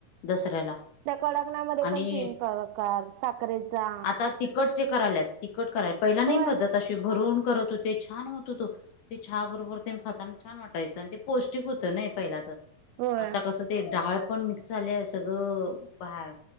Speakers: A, on the left; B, on the right.
A: दसऱ्याला.
B: त्या कडकणामध्ये
A: आणि
B: पण तीन प्रकार साखरेचा
A: आता तिकटचे करायल्यात. तिकट कराय पहिला नाही
B: होय
A: पद्धत अशी भरून करत होते छान होत होत ते चहा बरोबर ते खाताना छान वाटायचं आण ते पौष्टिक होत नाही पहिलाच
B: होय
A: आता कस ते डाळ पण मिक्स झालिये सगळं बाहेर